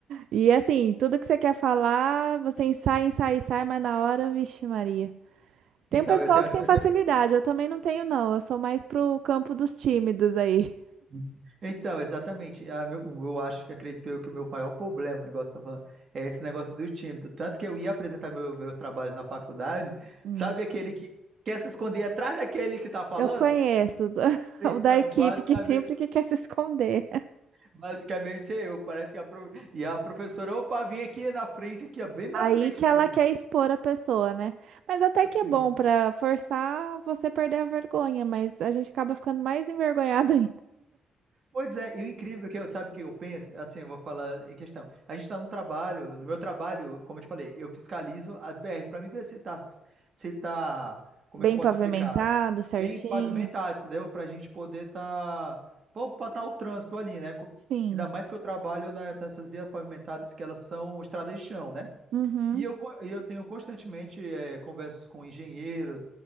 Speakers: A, on the right; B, on the right.
A: E assim, tudo que você quer falar, você ensaia, ensaia, ensaia, mas na hora, vixe, Maria. Tem
B: Então,
A: um pessoal
B: eu tenho,
A: que tem
B: eu
A: facilidade,
B: tenho
A: eu também não tenho, não. Eu sou mais pro campo dos tímidos aí.
B: Uhum. Então, exatamente. A meu- o- Eu acho que acredito eu que o meu maior problema, igual você tá falando, é esse negócio do tímido. Tanto que eu ia apresentar meu- meus trabalhos na faculdade,
A: Hum.
B: sabe aquele que quer se esconder atrás daquele que tá falando?
A: Eu conheço <laughs>
B: Então,
A: o da equipe
B: basicamente,
A: que sempre que quer se esconder.
B: basicamente é eu. Parece que a, pro- e a professora, opa, vim aqui na frente, aqui, ó, bem na
A: Aí
B: frente
A: que
B: mesmo.
A: ela quer expor a pessoa, né? Mas até
B: Assim.
A: que é bom pra forçar você perder a vergonha, mas a gente acaba ficando mais envergonhada <laughs> ainda.
B: Pois é, e o incrível que eu, sabe o que eu penso? Assim, eu vou falar em questão. A gente está no trabalho, no meu trabalho, como eu te falei, eu fiscalizo as BRs para mim ver se tá, se tá, como
A: Bem
B: é que eu posso
A: pavimentado,
B: explicar?
A: certinho.
B: Bem pavimentado, entendeu? Para a gente poder tá, para tá o trânsito ali, né? Co-
A: Sim.
B: Ainda mais que eu trabalho na- nessas vias pavimentadas que elas são estradas de chão, né?
A: Uhum.
B: E eu, co- e eu tenho constantemente eh, conversas com engenheiros,